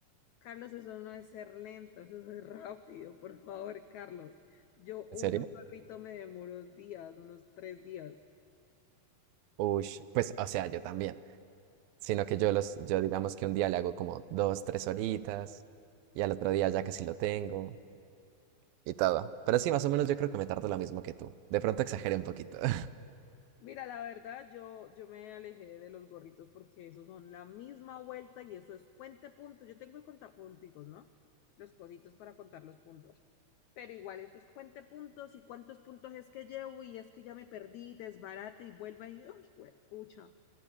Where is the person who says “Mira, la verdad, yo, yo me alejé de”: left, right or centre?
Left